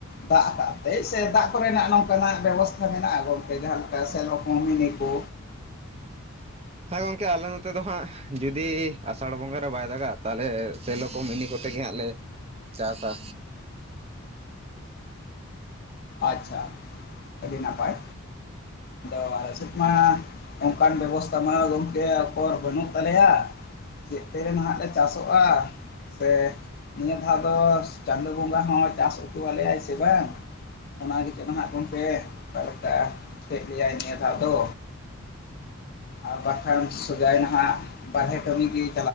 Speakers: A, on the left; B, on the right.
A: ᱫᱟᱜ ᱟᱠᱟᱫ ᱛᱮᱭ ᱥᱮ ᱫᱟᱜ ᱠᱚᱨᱮᱱᱟᱜ ᱱᱚᱝᱠᱟᱱᱟᱜ ᱵᱮᱵᱚᱥᱛᱷᱟ ᱢᱮᱱᱟᱜ-ᱟ ᱜᱚᱝᱠᱮ ᱡᱟᱦᱟᱸ ᱞᱮᱠᱟ ᱥᱮᱞᱚ ᱠᱚ ᱢᱤᱱᱤ ᱠᱚ
B: ᱦᱮᱸ ᱜᱚᱢᱠᱮ ᱟᱞᱮ ᱱᱚᱛᱮ ᱫᱚ ᱦᱟᱸᱜ ᱡᱩᱫᱤ ᱟᱥᱟᱲ ᱵᱚᱸᱜᱟ ᱨᱮ ᱵᱟᱭ ᱫᱟᱜᱟ ᱛᱟᱦᱚᱞᱮ ᱥᱮᱞᱚᱠᱚ ᱢᱤᱱᱤ ᱠᱚᱛᱮᱜ ᱜᱮ ᱦᱟᱸᱜ ᱞᱮ ᱪᱟᱥᱟ᱾
A: ᱟᱪᱪᱷᱟ ᱟᱹᱰᱤ ᱱᱟᱯᱟᱭ ᱟᱫᱚ ᱟᱞᱮ ᱥᱮᱫ ᱢᱟ ᱚᱱᱠᱟᱱ ᱵᱮᱵᱚᱥᱛᱷᱟ ᱢᱟ ᱜᱚᱝᱠᱮ ᱚᱠᱚᱨ ᱵᱟᱹᱱᱩᱜ ᱛᱟᱞᱮᱭᱟ ᱪᱮᱫ ᱛᱮ ᱱᱟᱦᱟᱜ ᱞᱮ ᱪᱟᱥᱚᱜᱼᱟ ᱥᱮ ᱱᱤᱭᱟᱹ ᱫᱷᱟᱣ ᱫᱚ ᱪᱟᱸᱫᱳ ᱵᱚᱸᱜᱟ ᱦᱚᱸ ᱪᱟᱥ ᱦᱩᱪᱟᱹᱣᱟᱞᱮᱭᱟᱭ ᱥᱮ ᱵᱟᱝ, ᱚᱱᱟ ᱜᱮ ᱪᱚ ᱦᱟᱜ ᱜᱚᱢᱠᱮ ᱚᱠᱟ ᱞᱮᱠᱟ ᱠᱮᱜ ᱞᱮᱭᱟᱭ ᱱᱤᱭᱟᱹ ᱫᱷᱟᱣ ᱫᱚ, ᱟᱨ ᱵᱟᱝᱠᱷᱟᱱ ᱥᱚᱡᱟᱭ ᱱᱟᱦᱟᱜ ᱵᱟᱦᱨᱮ ᱠᱟᱹᱢᱤ ᱦᱩᱭᱩᱜ